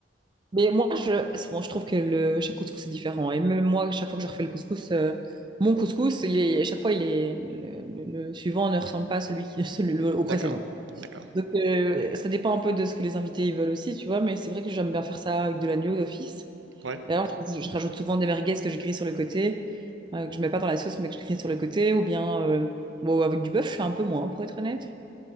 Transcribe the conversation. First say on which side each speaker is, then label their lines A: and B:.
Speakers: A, on the right (about 25°); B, on the right (about 80°).
A: Mais moi, je, c'est bon, je trouve que le, chaque couscous est différent. Et même moi, chaque fois que je refais le couscous, euh, mon couscous, il est- à chaque fois, il est, le, le- le suivant ne ressemble pas à celui qui, <laughs> celui, le- au précédent.
B: D'accord, d'accord.
A: Donc, euh, ça dépend un peu de ce que les invités ils veulent aussi, tu vois. Mais c'est vrai que j'aime bien faire ça avec de l'agneau d'office.
B: Ouais,
A: D'ailleurs, je, je rajoute souvent des merguez que je grille sur le côté, euh, que je mets pas dans la sauce, mais que je grille sur le côté, ou bien euh, bon, avec du bœuf, je fais un peu moins, pour être honnête.